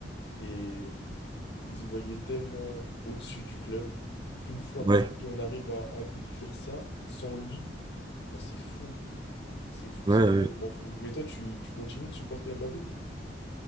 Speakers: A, on the left (about 65°); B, on the right (about 25°).
A: Et ils se voyaient tellement au-dessus du club qu'une fois
B: Ouais,
A: parti, on arrive à accomplir ça sans lui. Moi, c'est fou. C'est fou,
B: ouais,
A: c'est
B: ouais.
A: complètement fou. Mais toi, tu, tu continues de supporter Mbappé?